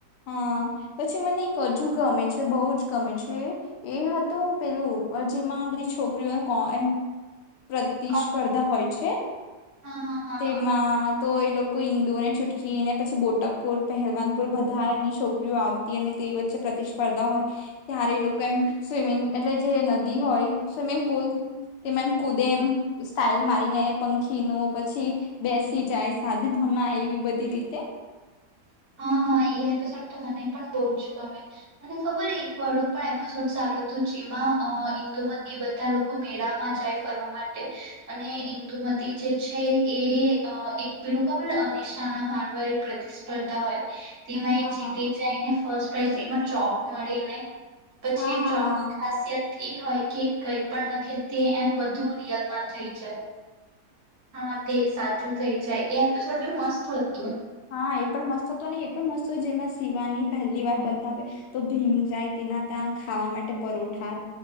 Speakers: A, on the left; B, on the right.
A: હા પછી મને એક હજુ ગમે છે બહુ જ ગમે છે એ હતું પેલું જેમાં આ બધી છોકરીઓને કો એમ પ્રતિસ્પર્ધા
B: કોણ
A: હોય છે
B: હા હા
A: તેમાં
B: હા
A: તો એ લોકો ઇન્દુઓને છૂટકીને પછી બોટકપુર પહેલવાનપુર બધા ની છોકરીઓ આવતી અને તે વચ્ચે પ્રતિસ્પર્ધા હોય ત્યારે એ લોકો એમ સ્વિમિંગ એટલે જે નદી હોય સુમિંગ પૂલ તેમાં એમ કૂદે એમ સ્ટાઇલ મારીને પંખી નુ પછી બેસી જાય સાધન માં એવી બધી રીતે
B: <inaudible> હા હા એ એપિસોડ તો મને પણ બહુ જ ગમે મને ખબર એક વાળું પણ એપિસોડ સારુ જેમાં ઇન્દુમતી બધા લોકો મેળામાં જાય ફરવા માટે અને ઇન્દુમતી જે છે એ એક પેલું ખબર <unintelligible> કરતા હોય તેમાં એ
A: હા
B: જીતે
A: હા
B: જાયને ફસ્ટ પ્રાઈઝ એમાં ચોક મળીને પછી
A: હા હા
B: ચોકની
A: હા
B: ખાસિયત એ હોય કે કઈ પણ લખે તે એમ બધું ધું રિયલ માં થઈ જાય હા તે સાચું થઈ જાય એ એપિસોડ બી મસ્ત હતું
A: હા એ પણ મસ્ત હતુ ને એ પણ મસ્ત જેમાં શિવાની પહેલી વાર બતાવે તો ભીમ જાય એના ત્યાં ખાવા માટે પરોઠા